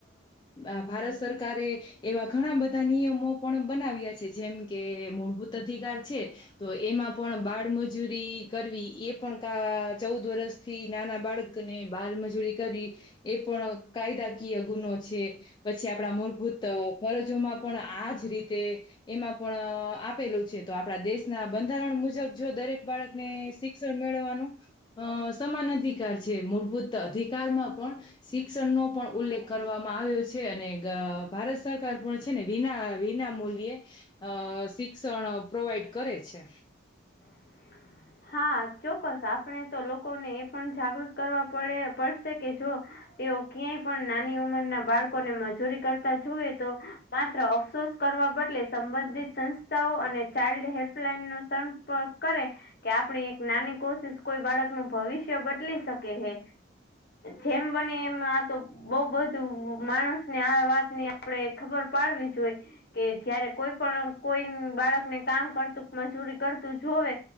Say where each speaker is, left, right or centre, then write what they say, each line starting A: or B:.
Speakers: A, on the left (about 25°); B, on the left (about 55°).
A: આ ભારત સરકારે એવા ઘણા બધા નિયમો પણ બનાવ્યા છે જેમ કે મૂળભૂત અધિકાર છે તો એમાં પણ બાળમજૂરી કર વી એ પણ કા ચૌદ વરષ થી નાના બાળકને બાલમજૂરી કરી એ પણ કાયદાકીય ગુનો છે પછી આપણા મૂળભૂત ફરજોમાં પણ આજ રીતે એમાં પણ આપેલું છે તો આપડા દેશના બંધારણ મુજબ જો દરેક બાળકને શ શિક્ મેળવાનું સમાન અધિકાર છે મૂળભૂત અધિકારમાં પણ શિક શિક્ષણ નો પણ ઉલ્લેખ કરવામાં આવ્યો છે અને ભારત સરકાર પણ છે ને વિના વિના મૂલ્યે અ શિક્ષણ પ્રોવાઈડ કરે છે
B: <inaudible> હા ચોક્કસ આપણે તો લોકોને એ પણ જાગૃત કરવા પડે પડશે કે જો તેઓ ક્યાંય પણ નાની ઉંમરના બાળકોને મજૂરી કરતા જોુએ તો માત્ર અફસોસ કરવા બદલે સંબંધિત સંસ્થાઓ અને ચાઇલ્ડ હેલ્પલાઈન નો પર કરે કે આપણે એક નાની કોશિશ કોઈ બાળક નું ભવિષ્ય બદલી શકે હે. જેમ બને એમ આ તો બઉ બધું માણસ ને આ વાતની આપડે ખબર પાડવી જો હોઈ. કે જયારે કોઈ પણ કોઈ બાળકને કામ કરતું મજૂરી કરતું જોવે